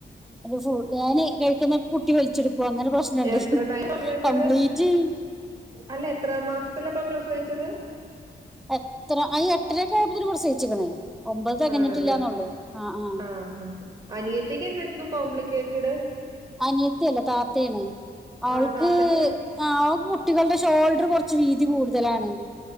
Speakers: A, in the centre; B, on the right.
A: ഫുഡ് ഞാന് കഴിക്കുന്ന കുട്ടി വലിച്ചെടുക്കും അങ്ങനെ പ്രശ്നമുണ്ട്
B: എത്ര ടൈം പ്രസവിച്ചത്
A: കംപ്ലീറ്റ്
B: അല്ല എത്രാം മാസത്തില അപ്പ പ്രസവിച്ചത്
A: എത്ര ആ എട്ടരയൊക്കെ ആയപ്പോ പ്രസവിച്ചിക്കണേ ഒമ്പത് തികഞ്ഞിട്ടില്ല
B: ആണല്ലേ
A: എന്നുള്ളൂ ആ ആ
B: ആഹ് ആഹ് അനിയത്തി ക്കെന്തായിരുന്നു കോംപ്ലിക്കേ റ്റ് ഡ്
A: അനിയത്തിയല്ല താത്തയാണ് അവൾക്ക്
B: ആഹ് താത്തക്ക്
A: അവൾക്ക് കുട്ടികളുടെ ഷോൾഡർ കൊർ ച്ചി വീതി കൂട് തലാണ്